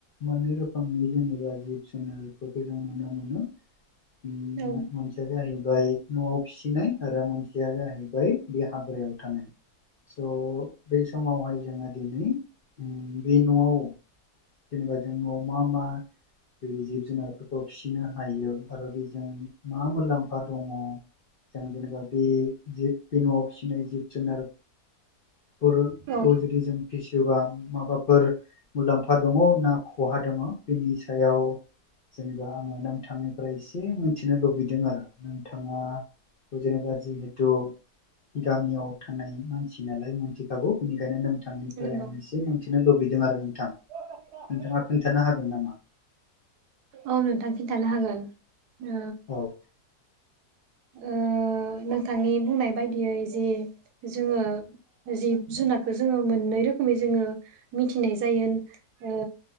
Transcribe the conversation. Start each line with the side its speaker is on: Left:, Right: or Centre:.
Left: मोनै रोख खोमनि जेनेबा जिब जुनारफोरखौ जों नुनो मोनो उम
Right: औ
Left: मोनसेया जाहै बेवहाय न'आव फिसिनाय आरो मोनसेया जाहैबाय बे हाग्रायाव थानाय। स बेस समावहाय जोङो दिनै बे न'आव जेनेबा जों न'आव मा मा? बे जिब जुनारफोरखौ फिसिनो हायो आरो बेजों मा मुलाम्फा दङ। जों जेनेबा बे जिब न'आव फिसिनाय जिब जुनार। फोरखौ
Right: औ
Left: जुदि जों फिसियोबा माबाफोर मुलाम्फा दङ ना खहा दङ बिनि सायाव जेनेबा आंङो नोंथांनिफ्राय एसे मिथिनो लुबैदों आरो नोंथाङा जेनेबा जिहेथु गामियाव थानाय मानसि नालाय मोनथिखागौ बेनिखायनो नों नोंथांनिफ्राय
Right: नंगौ
Left: आं एसे मिथिनो लुबैदों आरो नोंथां।
Right: <unintelligible>
Left: नोंथाङा खोन्थानो हागोन नामा?
Right: औ नोंथां खिन्थानो हागोन। ओ
Left: औे।
Right: ओ नोंथांनि बुंनाय बायदियै जि जोंङो जिब जुनारखौ जोंङो मोननै रोखोमै जोंङो मिथिनाय जायो। ओ